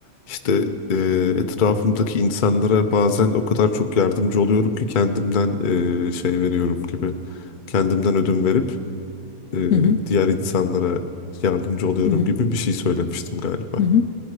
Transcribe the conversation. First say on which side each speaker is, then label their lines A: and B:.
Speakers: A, on the left; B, on the left.
A: İşte eee, etrafımdaki insanlara bazen o kadar çok yardımcı oluyorum ki kendimden eee, şey veriyorum gibi. Kendimden ödün verip e,
B: hı hı,
A: diğer insanlara yardımcı oluyorum
B: hı hı,
A: gibi bir şey söylemiştim galiba.
B: hı hı.